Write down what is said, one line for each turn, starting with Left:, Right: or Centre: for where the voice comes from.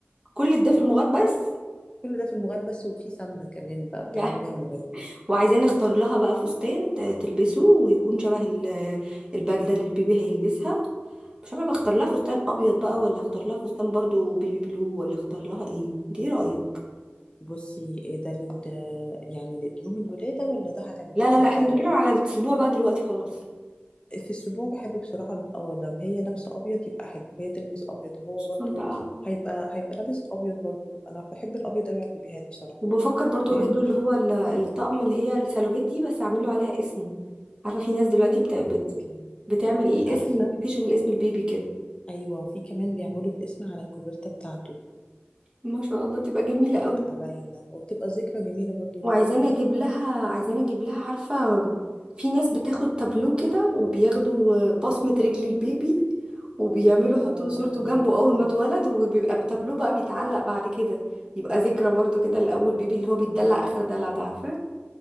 Right: كل ده في المغاد بس
Left: كل ده في الموجات بس وفي سمنه كمان بقى بتعملي
Right: يعني
Left: بيها الموجات
Right: وعايزين نختار لها بقى فستان ت- تلبسه ويكون شبه ال- البدله اللي البيبي هيلبسها مش عارفه بختار لها فستان ابيض بقى ولا اختار لها فستان برضو بيبي بلو ولا اختار لها ايه انت ايه رايك
Left: بصي إيه ده لل يعني لليوم الولاده ولا ده هتعملوه
Right: لا لا
Left: امتى
Right: لا احنا بنتكلم على الاسبوع بقى دلوقتي خلاص
Left: في السبوع بحب بصراحة ال- اه لو هي لابسة أبيض يبقى حلو هي تلبس أبيض وهو
Right: خصوصا
Left: برضو
Right: بقى
Left: هيبقى هيبقى لابس أبيض برضو أنا بحب الأبيض أوي على البيبيهات بصراحة
Right: وبفكر برضو
Left: مبحبش
Right: اجيب له اللي هو ال- الطقم اللي هي السالوبيت دي بس اعمل له عليها اسمه عارفه في ناس دلوقتي بت... بت...
Left: هيبقى جميل
Right: بتعمل ايه الاسم
Left: عارفة
Right: بتشغل اسم البيبي كده
Left: أيوة وفي كمان بيعملوا الاسم على الكوفرتة بتاعته
Right: ما شاء الله تبقى جميله
Left: بتبقى
Right: قوي
Left: باينة وبتبقى ذكرى جميلة برضو
Right: وعايزاني
Left: ليه بعد كده
Right: اجيب لها عايزاني اجيب لها عارفه في ناس بتاخد تابلو كده وبياخدوا بصمه رجل البيبي وبيعملوا يحطوا
Left: اه
Right: صورته
Left: يا حياتي
Right: جنبه اول ما اتولد وبيبقى التابلو بقى بيتعلق بعد كده يبقى ذكرى برضو كده لاول بيبي اللي هو بيتدلع اخر دلع ده عارفه